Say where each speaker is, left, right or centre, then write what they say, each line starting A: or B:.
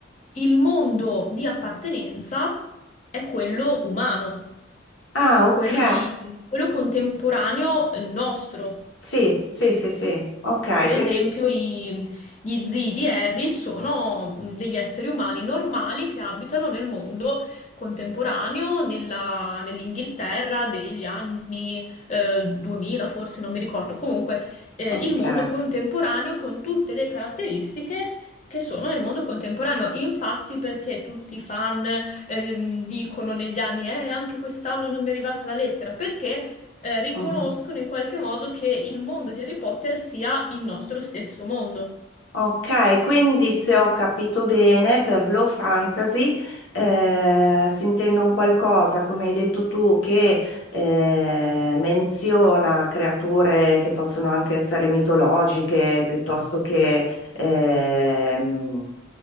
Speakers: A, on the left (about 40°); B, on the left (about 85°).
A: il mondo di appartenenza è quello umano,
B: Ah, ok.
A: quello di- quello contemporaneo nostro.
B: Sì, sì, sì, sì. Ok,
A: Per
B: quindi...
A: esempio, i- gli zii di Harry sono mh, degli esseri umani normali che abitano nel mondo contemporaneo, nella- nell'Inghilterra degli anni eh, 2000, forse non mi ricordo. Comunque, eh,
B: Ok.
A: il mondo contemporaneo con tutte le caratteristiche che sono nel mondo contemporaneo. Infatti, perché tutti i fan ehm, dicono negli anni, eh, anche quest'anno non mi è arrivata la lettera? Perché eh, riconoscono
B: Mhm.
A: in qualche modo che il mondo di Harry Potter sia il nostro stesso mondo.
B: Ok, quindi se ho capito bene, per low fantasy eh, si intende un qualcosa, come hai detto tu, che eh, menziona creature che possono anche essere mitologiche, piuttosto che ehm,